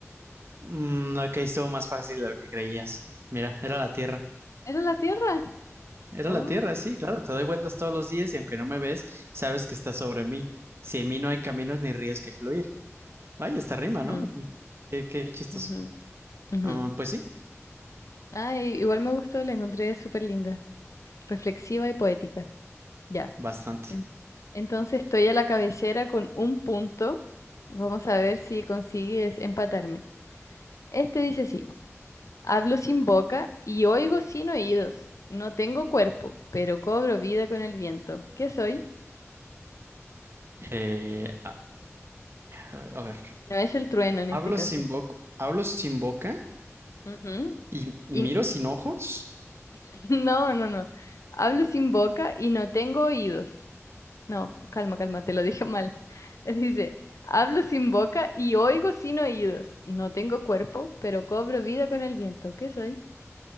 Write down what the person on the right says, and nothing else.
Mm, ok, estuvo más fácil de lo que creías. Mira, era la Tierra.
Era
la Tierra, sí, claro. Te doy vueltas todos los días y aunque no me ves, sabes que estás sobre mí. Sin mí no hay caminos ni ríos que fluir. Vaya, esta rima,
¿no? Qué, qué chistoso.
Ah, pues sí,
bastante.
Eh, a a ver.
Hablo
sin boca, hablo sin boca
y miro
sin ojos.